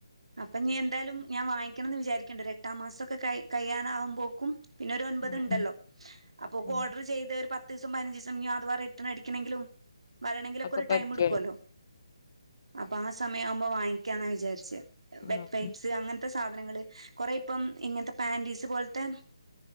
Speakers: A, on the right; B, on the left.
A: അപ്പൊ ഇനി എന്തായാലും ഞാൻ വാങ്ങിക്കണം എന്ന് വിചാരിക്കണ്ട് ഒരു എട്ടാം മാസമൊക്കെ ക കഴിയാറാവുമ്പേക്കും പിന്നെ ഒരു ഒൻപത്
B: ഉം
A: ഉണ്ടല്ലോ
B: ഉം
A: അപ്പോക്ക്
B: ഉം
A: ഓർഡർ ചെയ്ത് ഒരു പ പത്ത് ദിവസം പതിനഞ്ച് ദിവസം ഇനി അഥവാ റിട്ടേൺ അടിക്കണെങ്കിലും വരണെങ്കിലൊക്കെ
B: ഒക്കെ
A: ഒരു
B: പറ്റും
A: ടൈമെടുക്കുവല്ലോ അപ്പൊ ആ സമയം ആവുമ്പോ വാങ്ങിക്കാന്നാ വിചാരിച്ചേ <unintelligible> ത്തെ
B: ആഹ്
A: സാധനങ്ങള് കൊറേ ഇപ്പം ഇങ്ങനത്തെ പാൻറീസ് പോലത്തെ